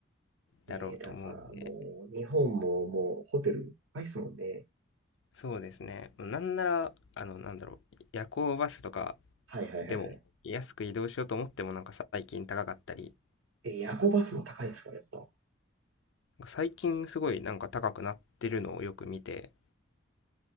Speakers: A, on the left; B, on the right.
A: だろうと思うんで、
B: ねえ、だからもう日本ももうホテル高いっすもんね。
A: そうですね。なんなら、あの、なんだろう、夜行バスとか
B: はいはいはいはい。
A: でも安く移動しようと思ってもなんか最近高かったり、
B: え、夜行バスも高いんですか、やっぱ。
A: 最近すごいなんか高くなってるのをよく見て、